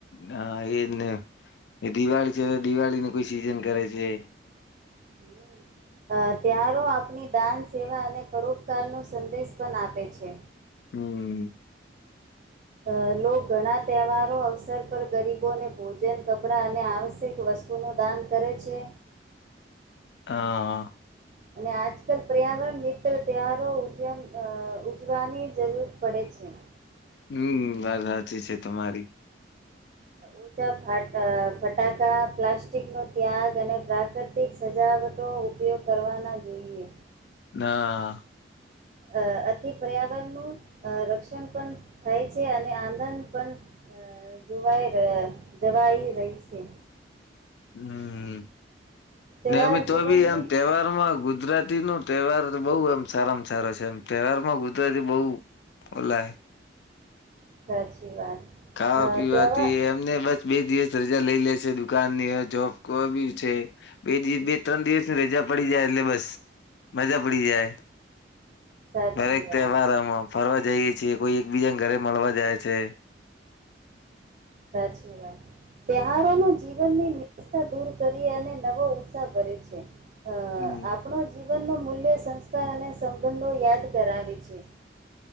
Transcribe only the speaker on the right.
હમ. અ ત્યાર આપણી દાન સેવા અને પરોપકાર નો સંદેશ પણ આપે છે.
અ લો ઘણા તહેવારો અવસર પર ગરીબોને ભોજન કપડાં અને આવશ્યક વસ્તુ પુ નું દાન કરે છે.
અને આજકાલ પર્યાવરણ મિત્ર તહેવારો ઉજ ઉજવાની જરૂર પડે છે.
ઉચા ફટાકા પ્લાસ્ટિક નો ત્યાગ અને પ્રાકૃતિક પ્રક સજાવટો ઉપયોગ કરવાના જોઈએ.
અ આથી પર્યાવરણનું રક્ષણ પણ થાય છે અને આનંદ પણ જોવાઈ જવાઈ રહી છે.
તહેવાર
જીવનની
સાચી વાત
અ
તહેવાર
સાચી
વાત
સાચી વાત ત્યોહારો ન જીવનની નિશતા દૂર કરી અને નવો ઉત્સાહ ભરે છે. અ
આપણો જીવન ન મૂલ્ય સંસ્કાર અને સંબંધો યાદ કરાવે છે.